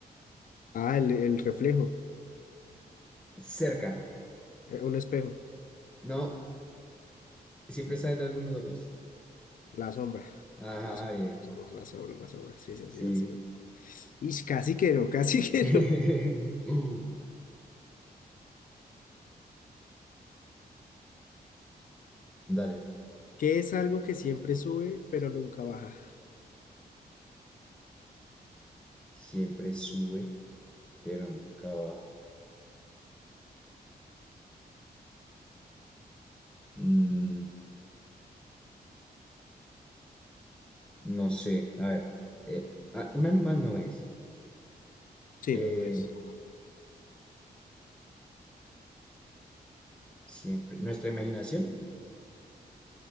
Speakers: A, on the left; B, in the centre.
A: Ah, el, el reflejo.
B: Cerca.
A: eh, un espejo.
B: No, siempre está detrás de nosotros.
A: La sombra.
B: Ajá,
A: La sombra,
B: bien.
A: la sombra, la sombra. la sombra. Sí, sí, así,
B: Sí.
A: así. Y casi que no, <laughs> casi que
B: <laughs>
A: no.
B: Dale.
A: que es algo que siempre sube, pero nunca baja.
B: Siempre sube, pero nunca baja. Mm, no sé. A ver. eh, ah, un animal no es.
A: Sí,
B: Eh,
A: no, no es.
B: siempre. Nuestra imaginación